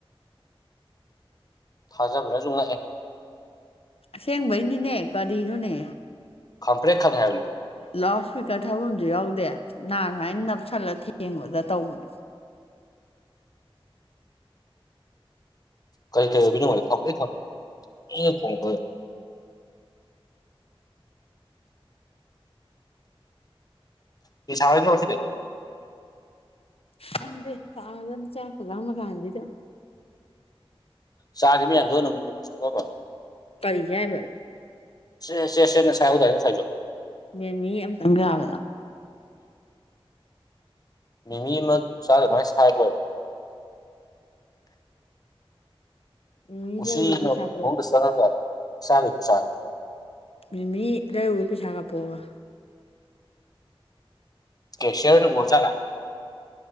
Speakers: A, on the left; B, on the left.
A: ꯊꯥꯖꯕꯅ ꯅꯨꯡꯉ ꯑꯦ
B: ꯑꯁꯦꯡꯕꯩꯅꯤꯅꯦ ꯀꯔꯤꯅꯣꯅꯦ
A: ꯈꯪꯄ꯭ꯔꯦꯛ ꯈꯪꯑꯦ ꯍꯥꯏꯕꯅꯦ
B: ꯂꯥꯎꯠ ꯁ꯭ꯄꯤꯀꯔ ꯊꯥꯐꯝꯁꯨ ꯌꯥꯎꯗꯦ ꯅꯥ ꯁꯨꯃꯥꯏꯅ ꯅꯞꯁꯜꯂ ꯊꯦꯡꯕꯗ ꯇꯧꯕꯅꯦ
A: ꯀꯩ ꯀꯩ ꯑꯣꯏꯕꯣꯏ ꯅꯤꯡꯎꯔꯦ ꯈꯪꯄ꯭ꯔꯦꯛ ꯈꯪꯑꯦ ꯑꯦ ꯈꯣꯡꯉꯛꯄꯗꯨꯗ ꯐꯤ ꯁꯥꯔꯔꯣꯏꯗ꯭ꯔꯣ ꯉꯁꯤ ꯗꯤ
B: ꯈꯪꯗꯦ ꯁꯥꯒꯅꯤ ꯆꯥꯛꯀ ꯂꯥꯝꯃꯀꯥꯟꯁꯤꯗ
A: ꯆꯥꯔꯤ ꯃꯌꯥꯝꯗꯨꯒ <unintelligible>
B: ꯀꯔꯤꯒꯤ ꯍꯥꯏꯕ
A: ꯁꯦ ꯁꯦ ꯁꯦ ꯅ ꯁꯥꯏꯍꯧ ꯗꯥꯏꯅꯦ ꯉꯁꯥꯏꯁꯨ
B: ꯃꯤꯃꯤ ꯑꯃꯇꯪ ꯆꯥꯕꯗꯣ
A: ꯎꯝ ꯃꯤꯃꯤ ꯑꯃ ꯆꯥꯕꯗ ꯑꯗꯥꯏ ꯁꯥꯏ ꯕꯣꯏꯔꯦ
B: ꯃꯦꯃꯤ
A: ꯎꯆꯤꯅ
B: ꯂꯩꯔꯨꯒꯦ ꯄꯩꯁꯥ
A: ꯎꯄꯨ
B: ꯄꯤꯔꯛꯑꯣ
A: ꯃꯅꯨꯡꯗ ꯆꯪꯉꯒ ꯆꯥꯕꯩ ꯈꯨꯆꯥꯅꯦ
B: ꯃꯤꯃꯤ ꯂꯩꯔꯨꯕꯩ ꯄꯩꯁꯥ ꯀꯥꯞꯄꯛ ꯑꯣꯕ
A: ꯀꯦꯁꯤꯌ꯭ꯔꯅ ꯎꯒꯔ ꯖꯥꯠꯂ